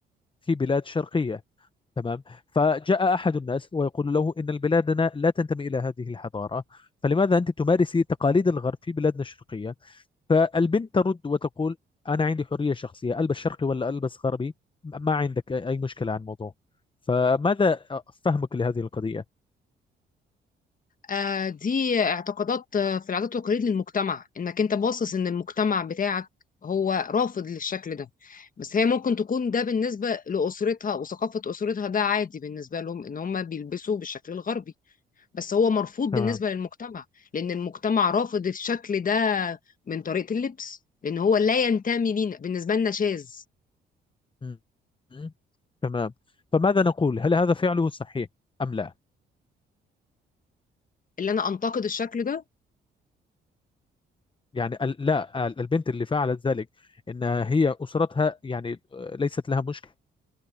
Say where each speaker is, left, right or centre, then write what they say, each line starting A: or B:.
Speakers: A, on the left (about 25°); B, on the left (about 45°).
A: في بلاد شرقية تمام فجاء أحد الناس ويقول له إن بلادنا لا تنتمي إلى هذه الحضارة فلماذا أنت تمارسي تقاليد الغرب في بلادنا الشرقية فالبنت ترد وتقول أنا عندي حرية شخصية ألبس شرقي ولا ألبس غربي ما عندك أي مشكلة عن الموضوع فماذا فهمك لهذه القضية؟
B: آه، دي اعتقادات آه، في العادات والتقاليد للمجتمع انك انت باصص ان المجتمع بتاعك هو رافض للشكل ده بس هي ممكن تكون ده بالنسبة لأسرتها وثقافة أسرتها ده عادي بالنسبة لهم ان هم بيلبسوا بالشكل الغربي بس هو مرفوض
A: تمام
B: بالنسبة للمجتمع لأن المجتمع رافض الشكل ده من طريقة اللبس لأن هو لا ينتمي لينا بالنسبة لنا شاذ
A: م- م- تمام فماذا نقول هل هذا فعله صحيح أم لا؟
B: اللي أنا أنتقد الشكل ده
A: يعني ال- لا البنت اللي فعلت ذلك إن هي أسرتها يعني ليست لها مشكلة